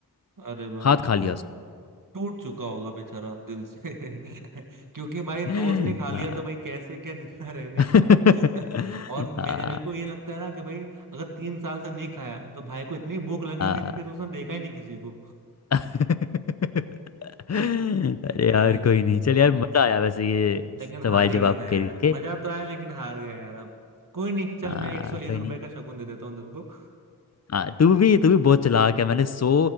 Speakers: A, on the right; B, on the left.
A: अरे बाप
B: हाथ
A: रे टो,
B: खा लिया उसका
A: टूट चुका होगा बेचारा दिल से <laughs> क्योंकि भाई
B: <laughs>
A: दोस्त ने खा लिया
B: हाँ
A: तो भाई कैसे क्या जिंदा रहने
B: <laughs>
A: का <laughs> और मेरे
B: हाँ
A: मेरे को ये लगता है ना कि भाई अगर तीन साल तक नहीं खाया तो भाई को इतनी भूख लगी
B: हाँ
A: हुई है तो फिर उसने देखा ही नहीं किसी को
B: अरे
A: <laughs> अरे
B: यार कोई नहीं चल यार मजा आया वैसे ये
A: लेकिन हार
B: सवाल
A: ही
B: जवाब
A: गया ना यार
B: करके
A: मजा तो आया लेकिन हार गया यार अब कोई नहीं चल
B: हाँ
A: मैं एक सौ एक
B: कोई नहीं
A: रुपए का शगुन दे देता हूँ तेरे को
B: हाँ तू भी तू भी बहुत चालाक है मैंने सौ